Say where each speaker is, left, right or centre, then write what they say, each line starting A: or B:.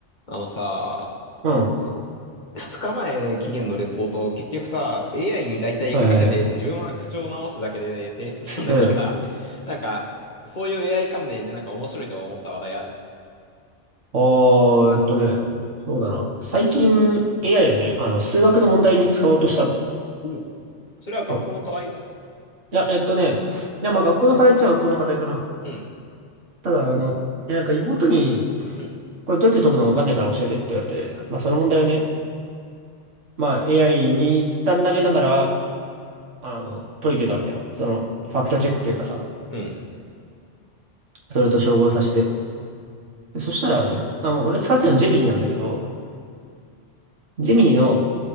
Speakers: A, on the left; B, on the right.
A: あのさ、
B: うん。は
A: 二日前期限のレポート結局さ、AI に大体書かせて自分は口調を直すだけで提出したんだけどさ、
B: いはいはい。うん。
A: なんか、そういう AI 関連でなんか面白いと思った話題ある
B: あー、えっとね、そうだな。最近 AI をね、あの、数学の問題に使おうとしたんだよ。
A: おうそれは学校の課題
B: うん。いや、えっとね、いや、まあ学校の課題っちゃ学校の課題かな。
A: うん、
B: ただ、あの、いや、なんか妹に、
A: うん、
B: これどうやって解くのかわかんないから教えてって言われて、まあその問題をね、まあ AI に一旦投げながら、あの、解いてたんだよ。その、ファクトチェックというかさ、
A: うん。
B: それと照合させて。でそしたらね、あの、俺使ってたのジェミニなんだけど、ジミーの、